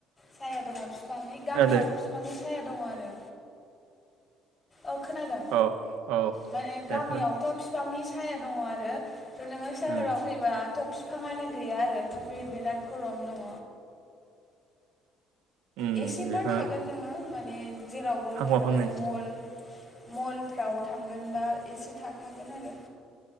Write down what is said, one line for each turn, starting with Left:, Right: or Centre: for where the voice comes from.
Left: साया दङ फिफांनि गामियाव
Right: खोनादो
Left: फिफांनि साया दङ आरो। औ खोनादों
Right: औ औ
Left: माने
Right: दे
Left: गामियावथ'
Right: खोनादो
Left: बिफांनि साया दङ आरो। नोङो सहोराव
Right: उम
Left: फैबा थ' फिफांआनो गैया आरो थ बे बिराद गरम दङ।
Right: उम
Left: एसेफोर
Right: बिफाङा
Left: थागोन नोङो माने जेरावबो
Right: फांफा
Left: थागोन
Right: फांनै
Left: मल मलफ्राव थांगोनबा एसे थाखागोन आरो